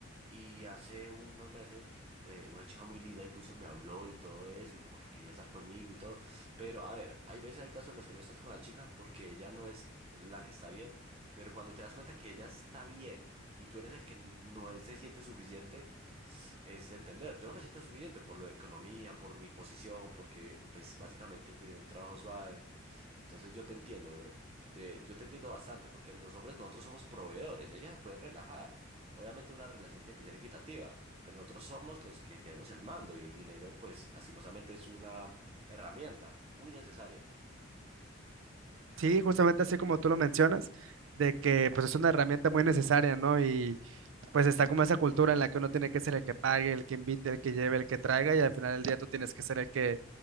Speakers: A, on the right; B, on the right.
A: Y hace unos meses eh, una chica muy linda incluso me habló y todo eso y como que quería estar conmigo y todo. Pero a ver, hay veces, hay casos en los que no estás con la chica porque ella no es la que está bien. Pero cuando te das cuenta que ella está bien y tú eres el que n- no es- se siente suficiente, es de entender. Yo no me siento suficiente por lo de economía, por mi posición, porque pues básicamente tiene un trabajo suave. Entonces yo te entiendo, bro. Te- yo te entiendo bastante porque los hombres nosotros somos proveedores, ellas se pueden relajar. Obviamente una relación tiene que ser equitativa, pero nosotros somos los que tenemos el mando y el dinero, pues lastimosamente es una herramienta muy necesaria.
B: Sí, justamente así como tú lo mencionas, de que pues es una herramienta muy necesaria, ¿no? Y pues está como esa cultura en la que uno tiene que ser el que pague, el que invite, el que lleve, el que traiga, y al final del día tú tienes que ser el que,